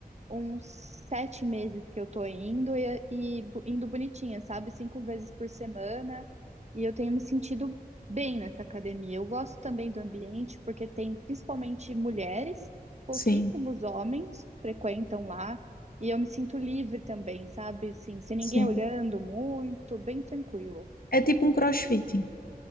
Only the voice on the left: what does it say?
sim.
Sim.
É tipo um CrossFit.